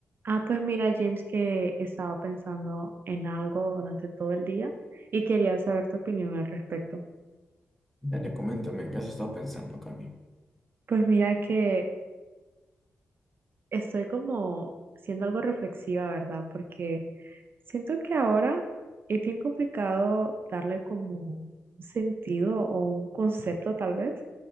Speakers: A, on the right (about 50°); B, in the centre.
A: Ah, pues mira, James, que estaba pensando en algo durante todo el día y quería saber tu opinión al respecto.
B: Dale, coméntame, ¿en qué has estado pensando, Cami?
A: Pues mira que estoy como siendo algo reflexiva, ¿verdad? Porque siento que ahora es bien complicado darle como un sentido o un concepto tal vez